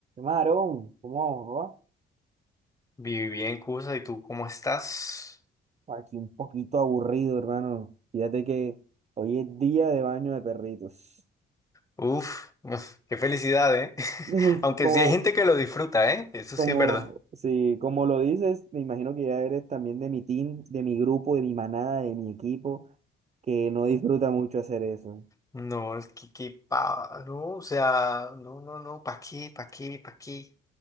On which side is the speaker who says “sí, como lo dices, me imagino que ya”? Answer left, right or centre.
Right